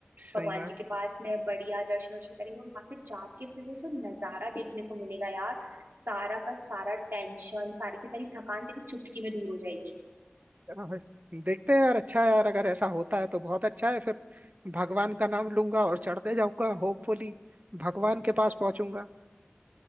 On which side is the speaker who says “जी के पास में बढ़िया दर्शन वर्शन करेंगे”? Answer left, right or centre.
Right